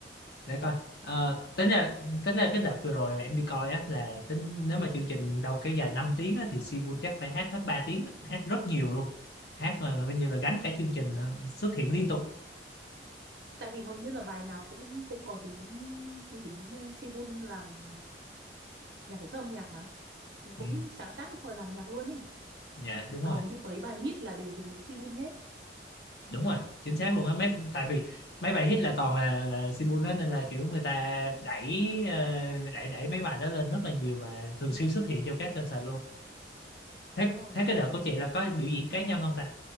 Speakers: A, on the left; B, on the right.
A: để coi Ờ, tính ra tính ra cái đợt vừa rồi mà em đi coi á là tính nếu mà chương trình đâu kéo dài 5 tiếng á, thì Sibun chắc phải hát hết ba tiếng hát rất nhiều luôn hát là coi như là gánh cả chương trình ờ, xuất hiện liên tục
B: tại vì hầu như là bài nào cũng cũng có dính dính uh, Sibun làm nhà sản xuất âm nhạc mà nó cũng
A: ừ,
B: sáng tác rồi làm nhạc luôn ấy
A: dạ đúng
B: mà
A: rồi
B: hầu như mấy bài hit là đều dính đến Sibun hết
A: đúng rồi chính xác luôn á mấy tại vì mấy bài hit là toàn là là Sibun á nên là kiểu người ta đẩy ờ, đẩy đẩy mấy bài đó lên rất là nhiều và thường xuyên xuất hiện trong các kênh sàn luôn thế
B: đúng rồi
A: thế cái đợt của chị là có biểu diễn cá nhân không ta